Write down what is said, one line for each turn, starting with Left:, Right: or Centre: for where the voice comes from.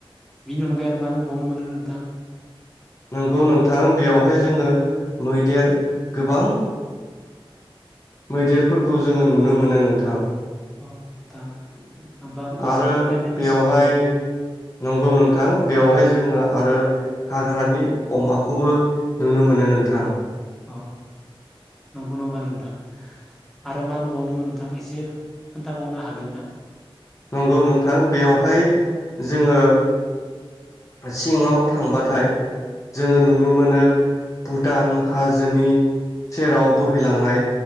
Centre: बिनि अनगायै आरो मा नुबावनो मोनो नोंथां।
Left: नंगौ नोंथां बेवहाय जोङो मैदेर गोबां
Centre: <unintelligible>
Left: मैदेरफोरखौ जोङो नुनो मोनो नोंथां।
Centre: औ नोंथां होमबा आंबो
Left: आरो
Centre: जोबोद नायनो
Left: बेवहाय
Centre: गोसो जादोंमोन
Left: नंगौ नों थां बेवहाय जोंङो आरो हा ग्रानि अमाखौबो नुनो मोनो नोंथां।
Centre: अ नंगौ नामा नोंथां आरो मा नुबावनो मोनो नोंथां एसे खोन्थाबावनो हागोन ना
Left: नंगौ नोंथां बेयावहाय जोंङो सिङाव थांबाथाय जोंङो नुनो मोनो भुटान हाजोनि सेराव बोहैलांनाय